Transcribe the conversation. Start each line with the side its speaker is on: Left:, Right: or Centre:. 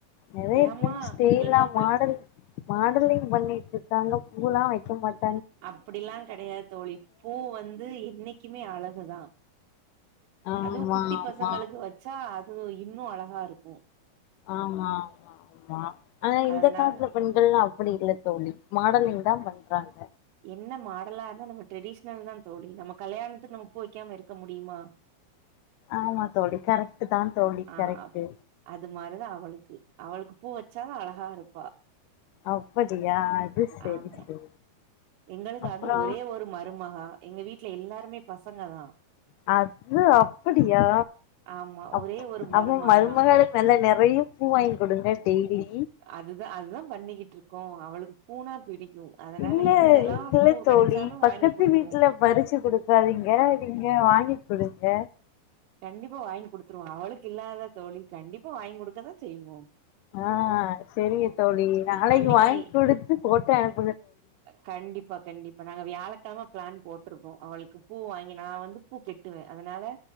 Left: நெறையா
Right: ஏமா
Left: பிள்ளைங் ஸ்டைலா
Right: எங்க பிள்
Left: மாடல் மாடலிங் பண்ணிட்ருக்காங்க பூல்லா வெக்க மாட்
Right: அப்படில்லா கெடையாது தோழி பூ வந்து என்னைக்குமே அழ குதா
Left: ஆமா
Right: அதுவு குட்டி
Left: ஆமா
Right: பசங்களுக்கு வச்சா <unintelligible> அழகா இருக்கு
Left: ஆமா ஆமா ஆமா ஆனா
Right: அதனால
Left: இந்த காலத்துல பெண்கள்லா அப்படி இல்ல தோழி மாடலிங் தா பண்றாங்க
Right: என்ன மாடலா இருந்தா நம்ம ட்ரெடிஷனல் தா தோழி நம்ம கல்யாணத்துக்கு நம்மப் பூ வெக்காம இருக்க முடியுமா
Left: ஆமா தோழி கரக்ட் தா தோழி
Right: ஆ
Left: கரெக்டு
Right: அது மாரிதா அவளுக்கு அவளுக்கு பூ வச்சாலும் அழகா இருப்பா
Left: அப்படியா அது செரி
Right: ஆமா
Left: செரி
Right: எங்களுக்கு
Left: அப்றோ
Right: அது ஒரே ஒரு மருமக எங்க வீட்டுல எல்லாருமே பசங்க தா
Left: அது அப்படியா
Right: ஆமா
Left: அப்
Right: ஒரே ஒரு
Left: அதுவு
Right: மருமக
Left: மருமகளுக்கு
Right: தா
Left: நல்லா நெறைய பூ வாங்கி கொடுங்க டெய்லி
Right: அதுதா அதுதா பண்ணிக்கிட்ருக்கோ அவளுக்கு பூ னா பிடிக் அதனால
Left: இல்ல
Right: எங்கெல்லா
Left: இது தோழி
Right: கெடச்சாலு
Left: பக்கத்து
Right: வாங்கி குடுத்துருவோ
Left: வீட்டுல பறிச்சு குடுக்காதீங்க நீங்க வாங்கி் குடுங்க
Right: கண்டிப்பா வாங்கி கொடுத்துருவோம் அவளுக்கு இல்லாத தோழி கண்டிப்பா வாங்கி கொடுக்க தா செய்வோ
Left: ஆஹ் சரி தோழி நாளைக்கு
Right: அன்னைக்கு
Left: வாங்கி கொடுத்து போட்டோ அனுப்
Right: கண்டிப்பா கண்டிப்பா நாங்க வியாழ பத்தமா பிளான் போட்டிருக்கோ அவளுக்கு பூ வாங்கி நா வந்து பூ கெட்டுவே அதனால